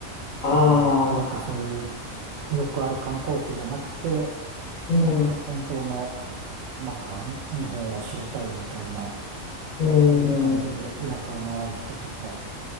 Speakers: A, on the left; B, on the right.
A: あ
B: ね、なんかそうい
A: あ、
B: うよくある観光地じゃなくて、
A: うん、
B: なんか本当の、なんかに日本を知りたいみたいな、
A: うん、
B: そんな感じで田舎を回る人とか、